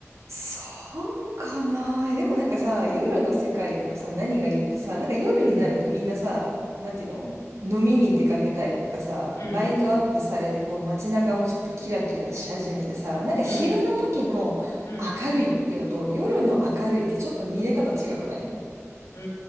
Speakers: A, on the right (about 70°); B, on the left (about 85°).
A: そうかな。でもなんかさ、夜の世界のさ、何がいいってさ、なんか夜になるとみんなさ、
B: うん、
A: なんていうの飲みに出かけたりとかさ、
B: うん、
A: ライトアップされて、こう街中もちょっとキラキラし始めてさ、なんか昼の時の
B: うん、うん、
A: 明るいっていうのと夜の明るいってちょっと見え方違くない
B: う